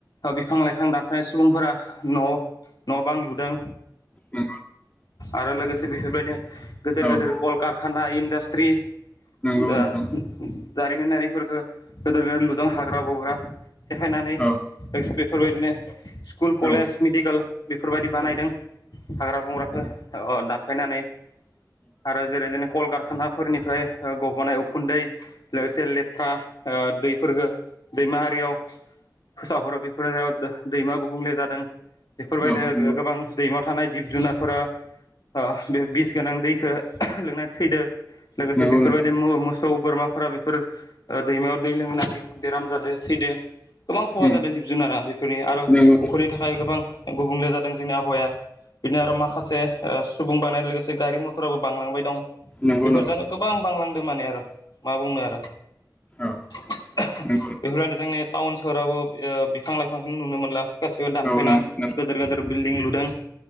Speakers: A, on the left; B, on the left.
A: बिफां लाइफां दानफनाय सुबुंफोरा न' न' बां लुदों
B: औ
A: आरो लोगोसे बेफोरबायदिनो गोदोर गोदोर
B: औ
A: कलकारखाना इन्डास्ट्रि
B: नंगौ
A: दा
B: नोंथां।
A: जारिमिनारिफोरखो गोदोर गोद लुदों हाग्रा बंग्रा सेेखायनानै
B: औ
A: लोगोसे बेफोरबायदिनो स्कुल कलेज
B: औ
A: मेडिकेल बेफोरबायदि बानायदों हाग्रा बंग्रखौ दानफायनानै आरो जेरै जोंनो कलकाराना फोरनिफ्राय गब'नाय उखुन्दै लोगोसे लेथ्रा। बेरखो दैमाहारियाव फोसावहरो बेफोराव दै दैमा गुबुंले जादों बेफोरबायदिनो
B: उम
A: गोबां दैमा थानाय जिब जुनारफोरा ओ बे बिस गोनां दैखो लोंनाय थैदों लोगोसे
B: नंगौ
A: बेफोरबायदि
B: औ नंगौ नोंथां।
A: मोसौ बोरमाफोरा बेफोर दैमायाव दै लोंनानै बेराम जादो थैदो गोबां खहा
B: उम
A: जादों जिब जुनारा बेफोरनि आरो
B: नंगौ
A: उखनि थाखाय गोबां गुबुंले जादों जोंनि आबहावाया। बिनो आरो माखासे सुबुं बायनाय लोगोसे गारि मथराबो बांलांबाय दं
B: नंगौ
A: बेफोर
B: नंगौ
A: जानो गोबां बांलांदों माने आरो मा बुंनो आरो
B: औ
A: ओहो
B: नंगौ
A: बेफोरनो जोंनि टाउन सोहोरावबो बिफां लाइफांखौ नुनो मोनला। गासिबो दानफायना
B: औ नों नों
A: गिदेर गदेर बिल्डिं लुदों